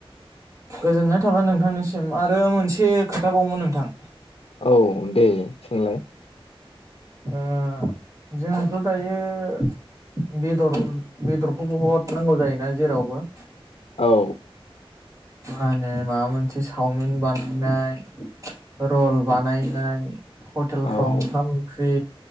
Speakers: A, on the right; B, on the left.
A: गोजोननाय थाबाय नोंथांनिसिम आरो मोनसे खोथााबावोन नोंथां।
B: औ दे सोंलाय
A: ओ जोंथ' दायो बेदर बेदरखौ बहुद नांगौ जायोना जेरावबो
B: औ
A: मा होनो माबा मोनसे चावमिन बानायनाय रल बानायनाय टेलफ्राव
B: औ
A: ओंखाम ओंख बे